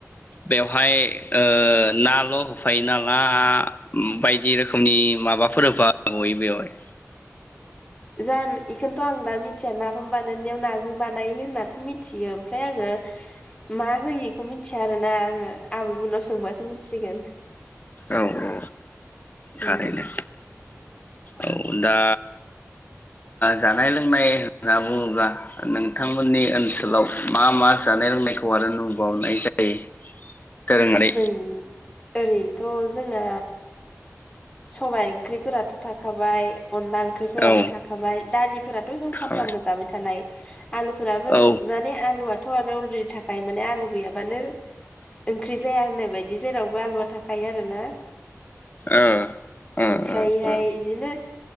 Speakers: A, on the left (about 35°); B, on the left (about 20°).
A: बेवहाय ओ नाल' फाइनाल मा बायदि रोखोमनि माबाफोर होफा बयो बेवहाय?
B: जानो बेखौनोथ' आं दा मिथिया नाफाम बानायनायाव नाजों बानायो होननाथ' मिथियो ओमफ्राय आङो मा होयो बेखौ मिथिया आरोना आङो आबैमोननाव सोंबासो मिथिगोन।
A: औ औ थारैनो।
B: उम
A: औ दा जानाय लोंनाय होनना बुङोब्ला नोंथांमोननि ओनसोलाव मा मा जानाय लोंनायखौ आरो नुबावनाय जायो। दोरोङारि
B: जों ओरैनोथ' जोंना सबायाइ ओंख्रिफोराथ' थाखाबाय अनला ओंख्रिफोराबो
A: औ
B: थाखाबाय दालिफोराथ' जों सानफ्रामबो
A: औ
B: जाबाय थानाय आलुफोराबो
A: ओ
B: माने आलुआथ' आरो अलरिदि थाखाय ओमफ्राय माने आलु गैयाबानो ओंख्रि जाया होननाय बायदि जेरावबो आलुआ थाखायो आरोना।
A: ओ ओ
B: ओमफ्रायहाय
A: ओ
B: बिदिनो